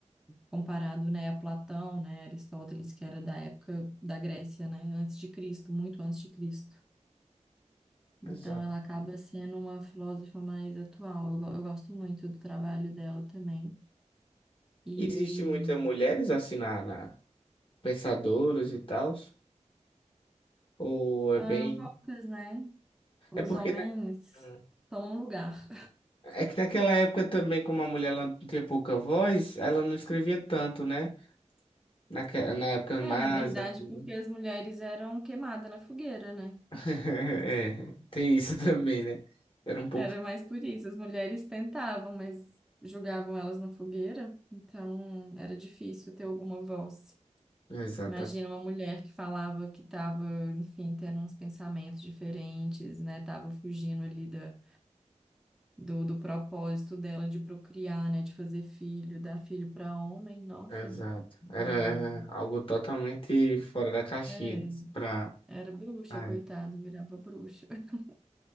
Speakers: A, in the centre; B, on the left.
A: comparado, né, a Platão, né, Aristóteles, que era da época da Grécia, né, antes de Cristo, muito antes de Cristo. Então,
B: exato.
A: ela acaba sendo uma filósofa mais atual. Eu, go- eu gosto muito do trabalho dela também. E
B: Existe muitas mulheres assim na, na- pensadores e tal? Ou é
A: ah,
B: bem.
A: poucas, né? Os
B: É porque
A: homens
B: na- Hum.
A: tomam lugar.
B: é que naquela época também, como a mulher ela tinha pouca voz, ela não escrevia tanto, né? Naque... Na época
A: É,
B: mais
A: na verdade,
B: antiga.
A: porque as mulheres eram queimadas na fogueira, né?
B: <laughs> É, tem isso <laughs> também, né? Era um pouco.
A: Era mais por isso. As mulheres tentavam, mas jogavam elas na fogueira. Então, era difícil ter alguma voz.
B: Exato,
A: Imagina uma mulher que falava que estava, enfim, tendo uns pensamentos diferentes, né? Tava fugindo ali da, do, do propósito dela de procriar, né? De fazer filho, dar filho para homem. Nossa,
B: exato. Era
A: Hum.
B: algo totalmente fora da caixinha.
A: é,
B: Pra...
A: era bruxa,
B: a
A: coitado, virava bruxa. <laughs>